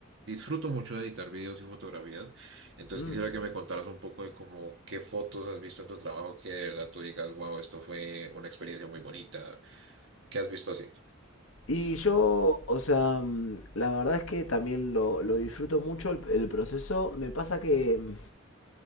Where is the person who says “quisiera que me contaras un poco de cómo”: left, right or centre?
Right